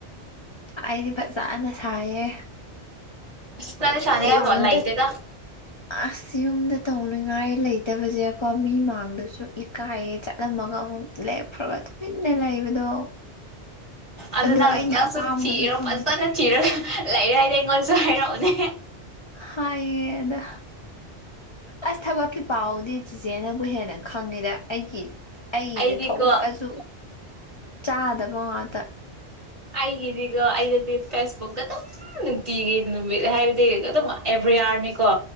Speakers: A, on the left; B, on the right.
A: ꯑꯩꯗꯤ ꯐꯖꯅ ꯁꯥꯏꯌꯦ
B: ꯑꯁ ꯅꯪꯗꯤ ꯁꯥꯅꯤꯡꯉꯥꯏ
A: ꯑ ꯌꯨꯝꯗ
B: ꯂꯩꯇꯦꯗ
A: ꯑꯁ ꯌꯨꯝꯗ ꯇꯧꯅꯤꯡꯉꯥꯏ ꯂꯩꯇꯕꯁꯦ ꯀꯣ ꯃꯤ ꯃꯥꯡꯗꯁꯨ ꯏꯀꯥꯏꯌꯦ ꯆꯠꯂꯝꯃꯒ ꯑꯃꯨꯛ ꯂꯦꯛꯈ꯭ꯔꯕ ꯇꯨꯃꯤꯟꯅ ꯂꯩꯕꯗꯣ
B: ꯑꯗꯨ
A: ꯑꯗꯣ
B: ꯅꯪ
A: ꯑꯩꯅ
B: ꯅꯪꯁꯨ
A: ꯑꯄꯥꯝꯕꯁꯨ
B: ꯊꯤꯔꯣ
A: ꯐꯪꯗ
B: ꯐꯖꯅ ꯊꯤꯔꯣ ꯂꯥꯏ ꯔꯥꯏꯗ ꯑꯦꯦꯡꯒꯜ ꯆ ꯍꯥꯏꯔ ꯍꯧꯅꯦ
A: ꯍꯦꯗ ꯑꯁ ꯊꯕꯀꯤ ꯄꯥꯎꯗꯤ ꯆꯤꯆꯦꯅꯕꯨ ꯍꯦꯟꯅ ꯈꯪꯉꯤꯗ ꯑꯩꯒꯤ ꯑꯩꯁꯦ
B: ꯑꯩꯗꯤꯀꯣ
A: ꯊꯣꯛꯂꯛꯑꯁꯨ ꯆꯥꯗꯕ ꯉꯥꯛꯇ
B: ꯑꯩꯒꯤꯗꯤꯒ ꯑꯩꯗꯗꯤ ꯐꯦꯁꯕꯨꯛꯛꯇ ꯑꯗꯨꯝ ꯅꯨꯡꯇꯤꯒꯤ ꯅꯨꯃꯤꯠ ꯍꯥꯏꯕꯗꯤ ꯑꯗꯨꯝ ꯑꯦꯕ꯭ꯔꯤꯌꯥꯔꯅꯤꯀꯣ